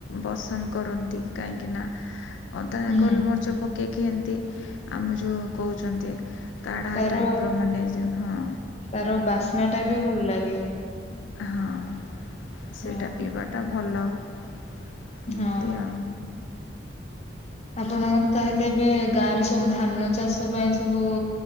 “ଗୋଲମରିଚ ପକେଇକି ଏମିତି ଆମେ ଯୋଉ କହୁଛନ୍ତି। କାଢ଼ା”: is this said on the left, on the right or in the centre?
Left